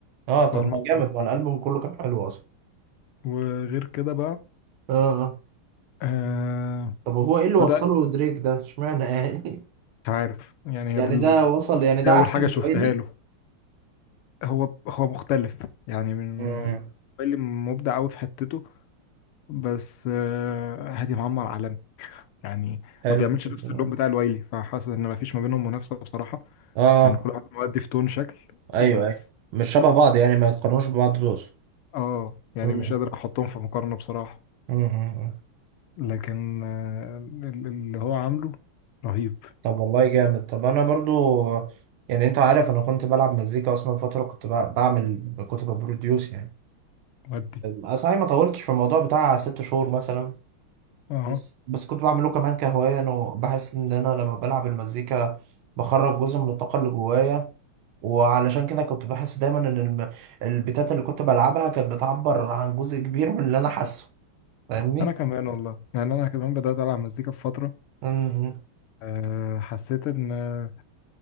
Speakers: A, on the right; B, on the left.
A: اه طب
B: ظهر
A: ما
B: معايا
A: جامد
B: في الألبوم
A: ما الالبوم كله كان حلو اصلا
B: وغير كده بقى
A: اه اه
B: آه
A: طب هو ايه اللي
B: بدأ
A: وصله دريك ده اشمعنى يعني
B: مش عارف
A: <laughs>
B: يعني
A: يعني
B: هي دي, ال-
A: ده وصل يعني ده
B: دي أول
A: احسن
B: حاجة
A: من
B: شفتها
A: ويلي
B: له هو هو مختلف يعني من
A: امم
B: من اللي مبدع أوي في حتته بس آه هادي معمر عالمي يعني
A: حلو
B: ما بيعملش
A: جدا
B: نفس اللون بتاع الوايلي فحاسس ان ما فيش ما بينهم منافسه بصراحه
A: اه
B: لان كل واحد مؤدي في تون شكل
A: ايوه
B: بس
A: ايوه مش شبه بعض يعني ما يتقارنوش ببعض تقصد
B: اه يعني
A: مم.
B: مش قادر احطهم في مقارنه بصراحه
A: مم. مم.
B: لكن آه، ال- اللي هو عامله رهيب
A: طب والله جامد طب انا برضو يعني انت عارف انا كنت بلعب مزيكا اصلا فتره كنت بع- بعمل كنت ببروديوس يعني
B: مؤدي
A: أنا صحيح ما طولتش في الموضوع بتاع ست شهور مثلا
B: اه
A: بس بس كنت بعمله كمان كهواية أنا وبحس إن أنا لما بلعب المزيكا بخرج جزء من الطاقة اللي جوايا وعلشان كده كنت بحس دايما إن الم- البيتات اللي كنت بلعبها كانت بتعبر عن جزء كبير من اللي أنا حاسه فاهمني؟
B: انا كمان والله يعني انا كمان بدات العب مزيكا في فتره
A: مهم.
B: أه حسيت ان آه،